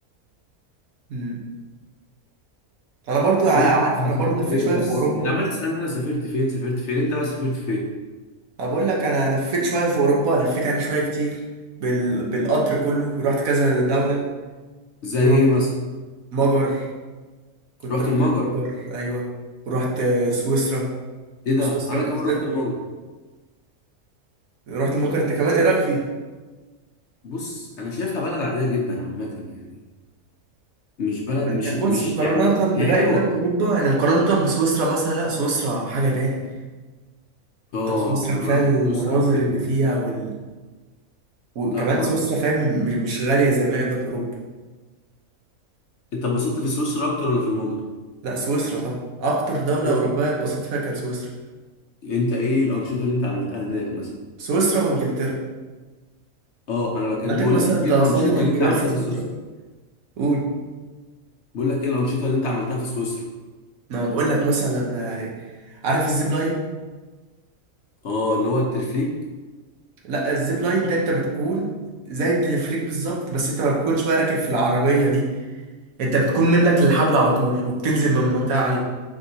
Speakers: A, on the right (about 75°); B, on the left (about 60°).
A: مم. أنا برضو ع-
B: انت
A: عارف أنا برضو
B: سافرت
A: لفيت
B: فين
A: شوية
B: بس
A: في أوروبا
B: انت عمال تسالني انا سافرت فين سافرت فين انت بقى سافرت فين
A: أنا بقول لك أنا لفيت شوية في أوروبا لفيت يعني شوية كتير بال... بالقطر كله ورحت كذا دولة
B: زي
A: منهم
B: ايه مثلا
A: مجر كنت
B: رحت
A: رحت
B: المجر
A: المجر أيوة ورحت سويسرا
B: ايه ده
A: وسويسرا
B: انا كمان
A: بالذات
B: رحت المجر
A: رحت المجر أنت كمان إيه رأيك فيها؟
B: بص انا شايفها بلد عاديه جدا عامه يعني مش بلد
A: ما
B: مش
A: هي- بص
B: مش
A: مقارنة
B: يعني هي
A: بباقي
B: حلوه
A: بلاد أوروبا يعني مقارنة بسويسرا مثلا لا سويسرا حاجة تاني
B: اه
A: طب سويسرا كفاية
B: انا ما رحتش
A: المناظر
B: سويسرا قبل كده
A: اللي فيها وال... وكمان
B: لا ما
A: سويسرا
B: رحتش
A: فاهم
B: سويسرا.
A: مش مش غالية زي باقي بلاد أوروبا
B: انت اتبسطت في سويسرا اكتر ولا في المجر
A: لا سويسرا طبعا أكتر دولة
B: إيه-
A: أوروبية اتبسطت فيها كان سويسرا
B: انت ايه الانشطه اللي انت عملتها هناك مثلا
A: سويسرا وإنجلترا
B: اه انا بكلم
A: عندك
B: بقول
A: مثلا
B: لك ايه
A: تسلق
B: الانشطه
A: الجبال
B: اللي انت عملتها
A: في سويسرا
B: في سويسرا
A: قول
B: بقول لك ايه الانشطه اللي انت عملتها في سويسرا
A: ما بقول لك مثلا يعني عارف الزيب لاين
B: اه اللي هو الترفليك
A: لا الزيب لاين ده أنت بتكون زي الدليفريك بالظبط بس أنت ما بتكونش بقى راكب في العربية دي انت بتكون منك للحبل على طول وبتنزل من منطقه عاليه